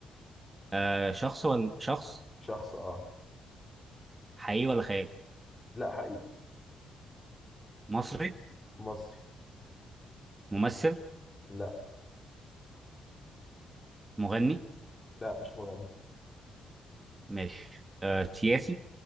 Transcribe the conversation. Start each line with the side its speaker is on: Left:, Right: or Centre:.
Right: آه، شخص ولا شخص
Left: شخص اه
Right: حقيقي ولا خيالي
Left: لا حقيقي
Right: مصري
Left: مصري
Right: ممثل
Left: لا
Right: مغني
Left: لا مش مغني
Right: ماشي آه، سياسي